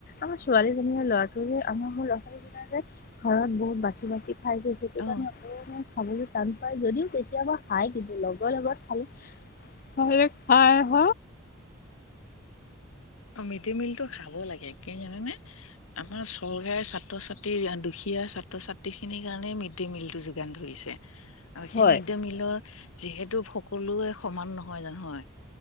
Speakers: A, on the left (about 45°); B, on the left (about 80°).
A: আমাৰ ছোৱালীজনীৰ ল'ৰাটোোৱ যে আমাৰ হল জিলাৰ যে ঘৰত বহুত বাচি - বাচি খাই গৈছে সেইটো
B: অ
A: কাৰণে <unintelligible> টান পাই যদিও কেতিয়াবা খাই কিন্তু লগৰ লগত খাল হয় হ
B: অ, মিড ডে মিলটো খাব লাগে কি জানানে আমাৰ চৰকাৰী ছাত্ৰ ছাত্ৰী দুখিত ছাত্ৰ ছাত্ৰী খিনিৰ কাৰণ মিড ডে মিলটো যোগান ধৰিছে আৰু সেই
A: হয়।
B: মিড ডে মিলৰ যিহেতু সকলোৱে সমান নহয় জানোহয়